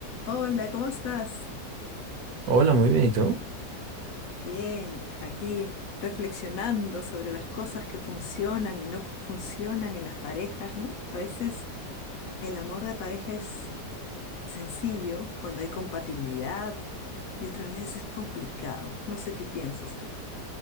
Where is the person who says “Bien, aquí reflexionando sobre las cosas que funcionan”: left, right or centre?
Left